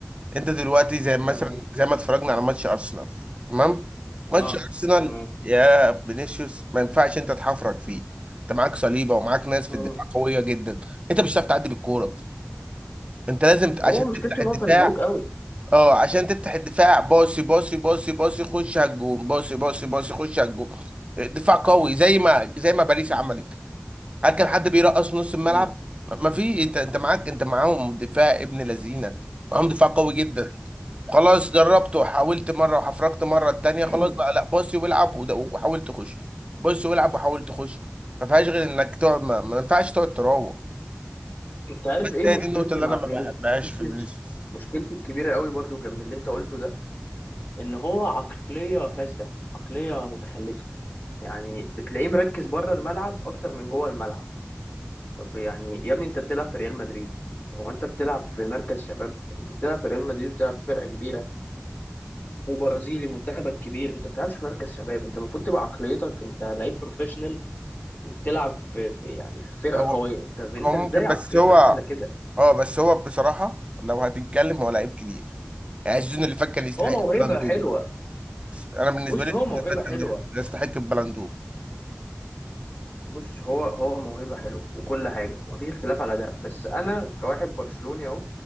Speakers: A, on the right (about 30°); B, on the left (about 50°).
A: انت دلوقتي زي مثلا
B: تمام
A: زي ما اتفرجنا على ماتش ارسنال تمام
B: اه
A: ماتش ارسنال
B: تمام
A: يا فينيسيوس ما ينفعش انت تحفرك فيه انت معاك صليبه ومعاك ناس في
B: مم.
A: الدفاع قويه جدا انت مش هتعرف تعدي بالكوره انت لازم ت-
B: هو
A: عشان
B: مشكلته
A: تفتح الدفاع
B: ان هو فزلوك قوي
A: اه عشان تفتح الدفاع باصي باصي باصي باصي خش على الجون باصي باصي باصي خش على الجون دفاع قوي زي ما زي ما باريس عملت هل كان حد بيرقص في نص الملعب؟
B: مم.
A: ما في انت انت معاك انت معاهم دفاع ابن لذينه معاهم دفاع قوي جدا خلاص جربت وحاولت مره وحفركت مره التانيه
B: <clears throat>
A: خلاص بقى لا باصي والعب وده- وحاول تخش باصي والعب وحاول تخش ما فيهاش غير انك تقعد ما, ما ينفعش تقعد تراوغ
B: انت عارف ايه
A: هي
B: مشكلتي
A: دي النقطه اللي
B: مع
A: انا ما بحبهاش
B: فينيسيوس
A: في فينيسيوس
B: مشكلتي الكبيره قوي برضو جنب اللي انت قلته ده ان هو عقليه فاسده عقليه متخلفه يعني بتلاقيه مركز بره الملعب اكتر من جوه الملعب طب يعني يا ابني انت بتلعب في ريال مدريد وانت بتلعب في مركز شباب انت بتلعب في ريال مدريد بتلعب في فرقه كبيره وبرازيلي منتخبك كبير انت بتلعبش في مركز شباب انت المفروض تبقى عقليتك انت لعيب بروفيشنال وبتلعب في, في يعني في فرقه
A: هو
B: قويه طب انت
A: هو ممكن
B: ازاي عقليتك
A: بس هو
B: عامله كده
A: اه بس هو بصراحه لو هتتكلم هو لعيب كبير يعني السيزون اللي فات كان يستحق
B: هو موهبه
A: البلندور
B: حلوه
A: انا بالنسبه
B: بص
A: لي السيزون
B: هو موهبة
A: اللي فات كان
B: حلوة
A: يستحق البلندور
B: بص هو هو موهبة حلوة وكل حاجة ومفيش اختلاف على ده بس أنا كواحد برشلوني أهو